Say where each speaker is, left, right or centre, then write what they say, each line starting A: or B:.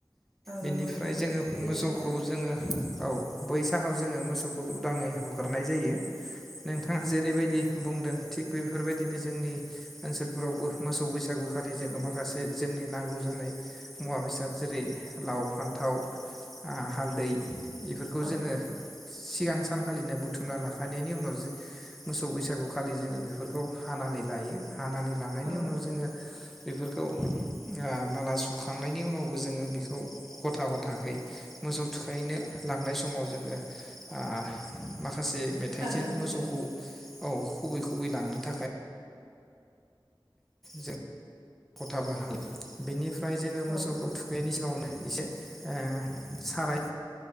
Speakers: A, on the right; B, in the centre.
A: औ
B: बेनिफ्राय
A: नंगौ नोंथां
B: जोङो
A: बे सैथो
B: मोसौखौ
A: खोथा
B: जोङो औ। बै सानाव जोङो मोसौखौ उदाङै हगारनाय जायो नोंथाङा जेरैबायदि बुंदों थिग बेफोरबायदिनो जोंनि ओनसोलफोरावबो मोसौ बैसागु खालि जोङो माखासे जोंनि नांगौ जानाय मुवा बेसाद जेरै लाव फान्थाव हालदै बेफोरखौ
A: औ
B: जोङो सिगां सानखालिनो बुथुमना लाखानायनायनि उनाव मोसौ बैसागुखालि जोङो बेफोरखौ हान हानानै लायो हानानै लानायनि
A: औ
B: उनाव जोङो बेफोरखौ ओ माला सुखांनायनि उनावबो जोङो बेखौ गथा गथै मोसौ थुखैनो लांनाय समाव जोङो ओ माखा माखासे मेथाइजों
A: सारनो थाखाय
B: मोसौखौ औ खुबै खुबै लांनो थाखाय जों खथाबो हा बेनिफ्राय जोङो मोसौखौ
A: औ
B: थुखैनायनि सिगाङावनो एसे ओ साराय